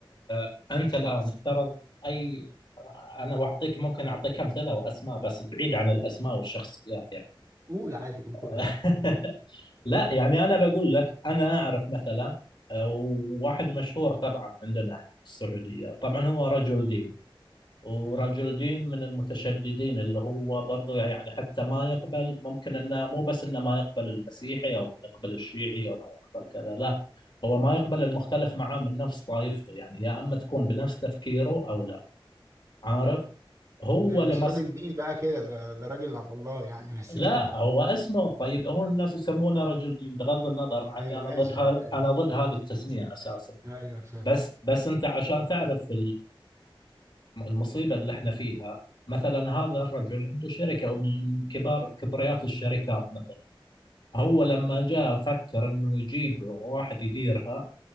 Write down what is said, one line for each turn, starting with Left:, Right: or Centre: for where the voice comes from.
Left: أ- انت الان افترض اي انا واعطيك ممكن اعطيك امثله واسماء بس بعيد عن الاسماء والشخصيات يعني
Right: قول عادي قول كل
Left: <laughs>
Right: حاجه
Left: لا يعني انا بقول لك انا اعرف مثلا آه، وواحد مشهور طبعا عندنا احنا في السعوديه طبعا هو رجل دين ورجل
Right: مم.
Left: دين من المتشددين اللي هو برضو يعني حتى ما يقبل ممكن انه مو بس انه ما يقبل المسيحي او ما يقبل الشيعي او ما يقبل كذا لا هو ما يقبل المختلف معاه من نفس طائفته يعني يا اما تكون بنفس تفكيره او لا عارف هو
Right: ده مش
Left: لمس
Right: راجل دين بقى كده ده ده راجل على الله يعني بس
Left: لا
Right: كمل
Left: هو اسمه طيب هو الناس يسمونه رجل دين بغض النظر مع اني
Right: ايوه
Left: انا
Right: ماشي
Left: ضد ها...
Right: انا فاهم
Left: انا ضد هذه التسميه اساسا
Right: ايوه فاهم
Left: بس بس انت عشان تعرف المصيبة اللي احنا فيها مثلا هذا الرجل عنده شركة من كبار كبريات الشركات مثلا هو لما جاء فكر انه يجيب واحد يديرها